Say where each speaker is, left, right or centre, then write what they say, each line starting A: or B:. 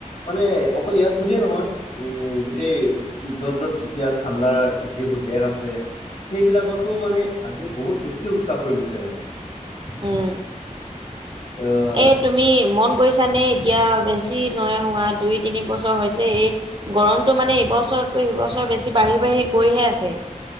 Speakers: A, on the left (about 60°); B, on the right (about 40°).
A: মানে অকল ইয়াত বুলিয়ে নহয় উম, গোটেই য'ত য'ত এতিয়া ঠাণ্ডাৰ যিবোৰ দেশ আছে। সেইবিলাকতো মানে আজি বহুত বেছি উত্তাপ হৈ গৈছে মানে।
B: উম,
A: আহ
B: এই তুমি মন কৰিছানে এতিয়া বেছি নৈ হোৱা দুই তিনি বছৰ হৈছে এই গৰমটো মানে এইবছৰতকৈ হেই বছৰ বেছি বাঢ়ি, বাঢ়ি গৈহে আছে।